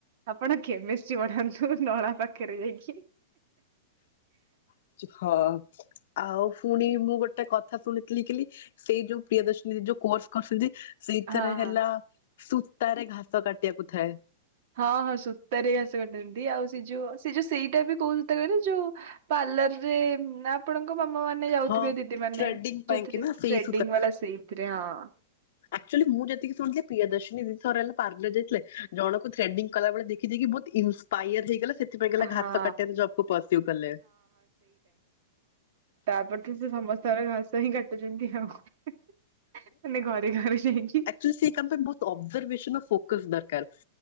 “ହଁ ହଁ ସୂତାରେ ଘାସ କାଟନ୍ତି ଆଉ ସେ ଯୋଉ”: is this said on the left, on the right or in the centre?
Right